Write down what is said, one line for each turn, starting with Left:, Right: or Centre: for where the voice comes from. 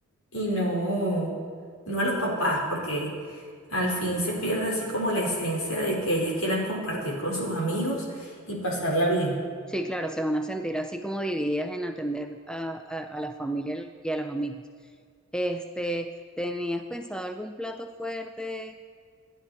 Left: y no, no a los papás, porque al fin se pierde así como la esencia de que ellas quieran compartir con sus amigos y pasarla bien.
Centre: Sí, claro, se van a sentir así como divididas en atender a, a- a la familia y a los amigos. Este, ¿tenías pensado algún plato fuerte,